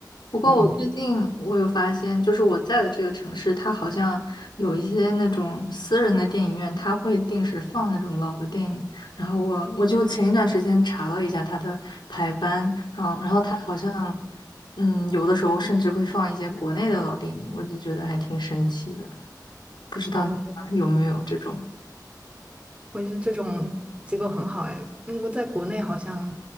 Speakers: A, on the left; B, on the right.
A: 不过我最近我有发现，
B: 嗯，
A: 就是我在的这个城市，它好像有一些那种私人的电影院，它会定时放那种老的电影。然后我我就前一段时间查了一下它的排班，嗯，然后它好像，嗯，有的时候甚至会放一些国内的老电影，我就觉得还挺神奇的。不知道你那儿有没有这种？
B: 哇，我觉得我觉得这种机构很好哎，因为在国内好像